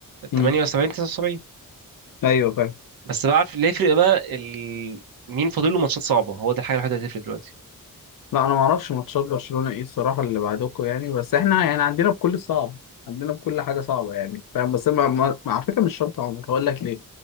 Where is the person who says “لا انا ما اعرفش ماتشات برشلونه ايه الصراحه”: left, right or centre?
Left